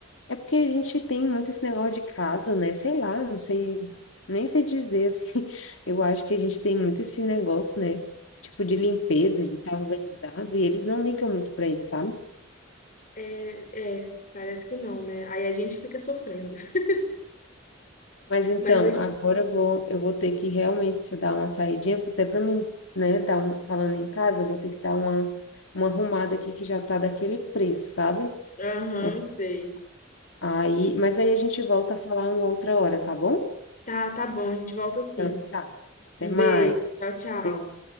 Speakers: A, on the left; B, on the left.
A: É porque a gente tem muito esse negócio de casa, né? Sei lá, não sei, nem sei dizer, assim. <laughs> Eu acho que a gente tem muito esse negócio, né? Tipo de limpeza, de estar organizado, e eles não ligam muito para isso, sabe?
B: é, é, parece que não, né? Aí a gente fica sofrendo. <laughs>
A: Mas então,
B: Mas, é-
A: agora eu vou, eu vou ter que realmente se dar uma saidinha, até para mim, né, dar um- falando em casa, eu vou ter que dar uma, uma arrumada aqui que já tá daquele preço, sabe?
B: aham,
A: É,
B: sei.
A: aí, mas aí a gente volta a falar uma outra hora, tá bom?
B: Tá, tá bom, a gente volta assim.
A: Então, tá. Até
B: Um
A: mais.
B: beijo, tchau, tchau.
A: Beijo.